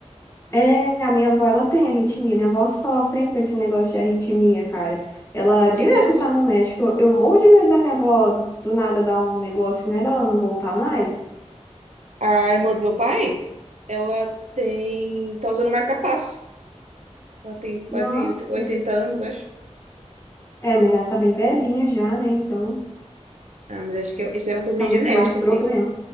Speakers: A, on the left; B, on the right.
A: É, a minha avó, ela tem arritmia. Minha avó sofre, hein, com esse negócio de arritmia, cara. Ela
B: e é perigoso.
A: direto tá no médico. Eu morro de medo da minha avó do nada dar um negócio nela, ela não voltar mais.
B: A irmã do meu pai, ela tem, tá usando marca-passo. Ela tem
A: Nossa.
B: quase 80 anos, eu acho.
A: É, mas ela tá bem velhinha já, né? Então.
B: Ah, mas acho que é- isso é uma coisa
A: fica
B: meio genética,
A: mais problema.
B: assim,